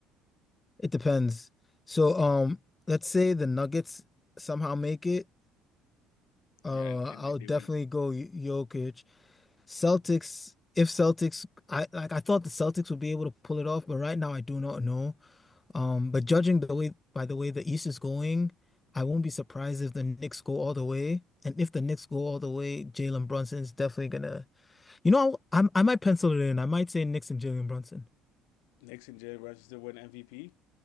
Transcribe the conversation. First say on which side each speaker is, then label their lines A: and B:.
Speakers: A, on the left; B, on the left.
A: it depends. So, um, let's say the Nuggets somehow make it. Uh,
B: Yeah, and
A: I'll
B: like they
A: definitely
B: win.
A: go Y- Jokic. Celtics, if Celtics, I like I thought the Celtics would be able to pull it off, but right now I do not know. Um, but judging the way by the way the East is going, I won't be surprised if the Knicks go all the way. And if the Knicks go all the way, Jalen Brunson is definitely gonna. You know, I'm I might pencil it in. I might say Knicks and Jalen Brunson.
B: Knicks and Jalen Brunson still win MVP.